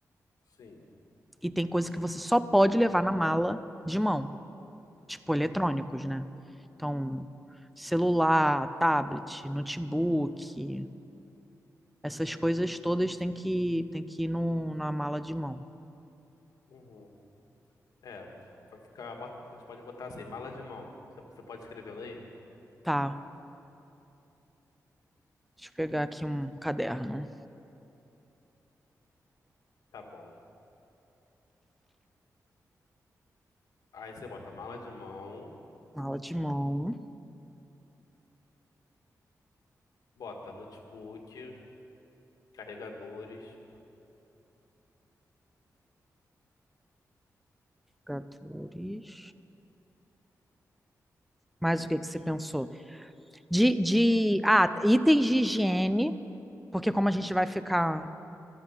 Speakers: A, on the left; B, in the centre.
A: sim.
B: E tem coisa que você só pode levar na mala de mão, tipo eletrônicos, né? Então, celular, tablet, notebook, essas
A: Uhum,
B: coisas todas tem que, tem que ir no, na mala de mão.
A: uhum. É, vai ficar. bota- a gente pode botar assim, mala de mão. Você você pode escrevendo aí?
B: Tá, deixa eu pegar aqui um caderno.
A: Tá bom. Aí você bota mala de mão,
B: Mala de mão,
A: bota notebook, carregadores.
B: jogadores. Mas o que que você pensou? De, de, ah, itens de higiene, porque como a gente vai ficar,